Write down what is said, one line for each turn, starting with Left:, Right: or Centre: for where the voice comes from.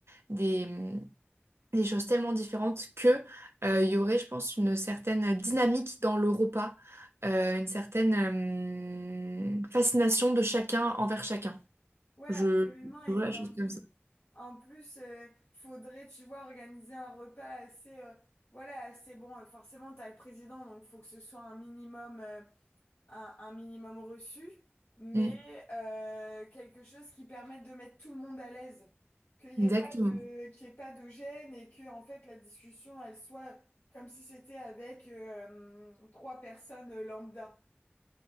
Right: des, des choses tellement différentes que euh, il y aurait, je pense, une certaine dynamique dans le repas, euh, une certaine euh, fascination de chacun envers chacun.
Left: Ouais,
Right: Je,
Left: absolument. Et
Right: je vois
Left: puis
Right: la chose
Left: en
Right: comme ça.
Left: En plus, euh, faudrait, tu vois, organiser un repas assez, euh, voilà, assez bon. Euh, Forcément, t'as le président, donc faut que ce soit un minimum, euh, un, un minimum reçu, mais
Right: Mm.
Left: euh, quelque chose qui permette de mettre tout le monde à l'aise, qu'il n'y
Right: Exactement.
Left: ait pas de, qu'il y ait pas de gêne et que, en fait, la discussion, elle soit comme si c'était avec euh, trois personnes euh, lambda.